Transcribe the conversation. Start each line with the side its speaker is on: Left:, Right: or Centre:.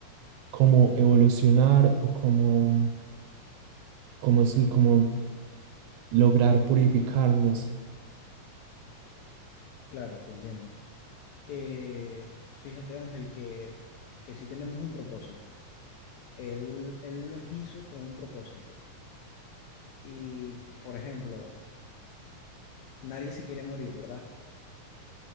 Right: como evolucionar o como, como sí, como lograr purificarnos.
Left: Claro, te entiendo. Eh, fíjate, Ángel, que, que sí tenemos un propósito. Él, él los hizo con un propósito. Y, por ejemplo, nadie se quiere morir, ¿verdad?